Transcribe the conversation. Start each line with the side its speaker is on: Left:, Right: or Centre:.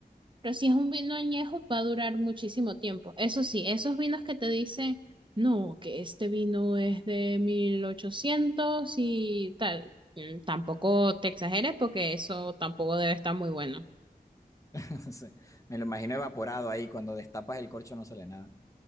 Right: Pero si es un vino añejo, va a durar muchísimo tiempo. Eso sí, esos vinos que te dicen, no, que este vino es de 1800 y tal, mm, tampoco te exageres porque eso tampoco debe estar muy bueno.
Left: <laughs> Sí. Me lo imagino evaporado ahí, cuando destapas el corcho no sale nada.